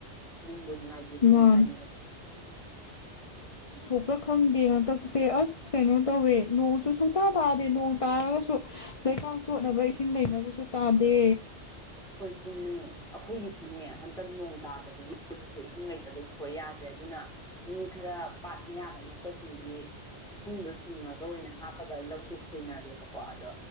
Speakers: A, in the centre; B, on the left (about 30°).
A: ꯅꯨꯡꯕꯨ ꯁ
B: ꯃꯥꯅꯦ ꯈ ꯈꯪꯗꯦ ꯍꯟꯗꯛꯁꯦ ꯑꯁ ꯀꯩꯅꯣ ꯇꯧꯋꯦ ꯅꯣꯡꯁꯨ ꯁꯨꯇꯥ ꯇꯥꯗꯦ ꯅꯣꯡ ꯇꯥꯔꯒꯁꯨ ꯂꯩꯄꯥꯛ ꯆꯣꯠꯅꯕ ꯏꯁꯤꯡ ꯂꯩꯅꯕꯁꯨ ꯇꯥꯗꯦ
A: ꯍꯈꯣꯏ ꯆꯨꯝꯃꯤ ꯑꯩꯈꯣꯏꯒꯤꯁꯨꯅꯦ ꯍꯟꯇꯛ ꯅꯣꯡ ꯇꯥꯗꯕꯒꯤ ꯊꯕꯛꯇꯣ ꯏꯁꯤꯡ ꯂꯩꯇꯕꯒꯤ ꯈꯣꯏ ꯌꯥꯗ꯭ꯔꯦ ꯑꯗꯨꯅ ꯃꯤ ꯈꯔ ꯄꯥꯠ ꯃꯌꯥꯒ ꯅꯛꯄꯁꯤꯡꯗꯤ ꯏꯁꯤꯡꯗꯣ ꯆꯤꯡꯉꯒ ꯑꯣꯏꯅ ꯍꯥꯞꯄꯒ ꯂꯧꯗꯨꯣ ꯈꯣꯏꯅꯔꯦꯕꯀꯣ ꯑꯗꯣ